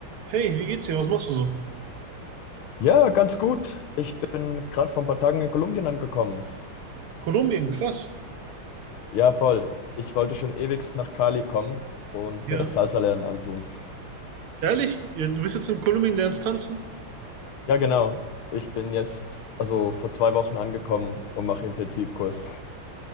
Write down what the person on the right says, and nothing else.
Hey, wie geht's dir? Was machst du so?
Kolumbien, krass.
Ja.
Ehrlich? Ja, Du bist jetzt in Kolumbien, lernst tanzen?